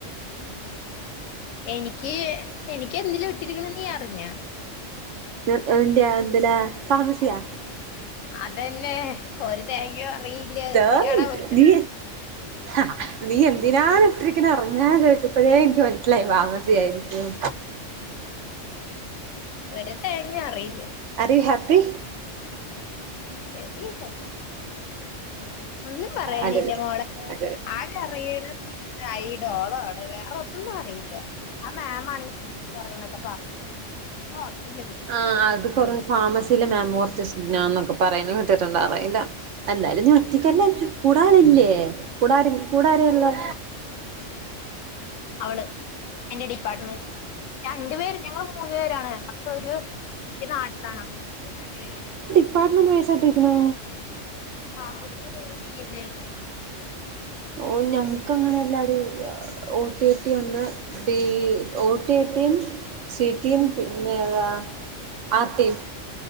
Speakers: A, on the left; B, on the right.
A: എനിക്ക് എനിക്ക് എന്തിലും ഇട്ടിരിക്ക്ണ് നീ അറിഞ്ഞ
B: എന്റെ എന്തിലാ ഫാർമസിയാ
A: അതെന്നെ ഒരു തേങ്ങി അറിയില്ല
B: തോന്നി
A: എന്തിനണാ ഇട്ടത്
B: നീ ആഹ് നീ എന്തിനാണ ഇട്ടിരിക്കണ അറിഞ്ഞാന്ന് ചോദിച്ചപ്പോഴേ എനിക്ക് മനസ്സിലായി ഫാർമസിയായി ഉം
A: ഒര് തേങ്ങ അറീല
B: are you happy
A: very happy ഒന്നും പറയാനില്ല
B: അടിപൊളി
A: മോളെ
B: അടിപൊളി
A: ആകെ അറിയണ് ഈ ഡോളൊ ആണ് വേറൊന്നും അറീല്ല ആ മാമാണെങ്കി ചീത്തറീന്നൊക്കെ പ കാറിലത്
B: ആഹ് അത് പറ ഫാർമസീലെ മാമ് കൊർച്ച് സീനാന്നൊക്കെ പറയ്ണ് കേട്ടിട്ട്ണ്ട് അറിയില്ല എന്തായാലും നീ ഒറ്റക്കല്ലല്ലൊ കൂടാളില്ലേ കൂടാര് കൂടാരെള്ളെ?
A: അവള് എന്റെ ഡിപ്പാർട്ട്മെന്റ് രണ്ട് പേര് ഞങ്ങള് മൂന്ന് പേരാണ് സാെരു നാട്ടിലാണ് രണ്ട് പേരും
B: ഡിപ്പാർട്ട്മെൻ്റ് ബേസാട്ടിക്ക്ണ്
A: ഉം ഫാർമസീല് മെയ്ന് ബി അല്ലേ
B: ഓ ഞങ്ങക്കങ്ങനെ എല്ലാടീ ഓട്ടി ട്ടി ഒന്ന് ബി ഒ ടി ടിം സീടിം പിന്നേതാ ആർട്ടിം